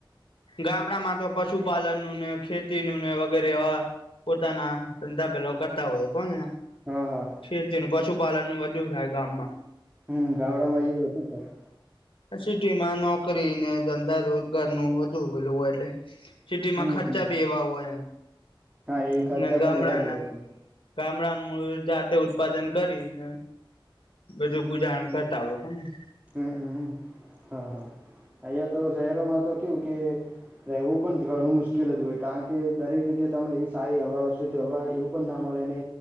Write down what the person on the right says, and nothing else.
હા હા
હમ ગામડામાં એ વધું થાઈ
હમ
હમ
હા એ ખર્ચા
પણ એવા જ હોય છે
હમ હમ હ હા અહીંયા તો શહેરોમાં તો કેવું કે રહેવું પણ ઘણું મુશ્કેલ જ હોય કારણ કે દરેક જગ્યાએ તને એવી સારી હવા હવા એવું પણ ના મળે ને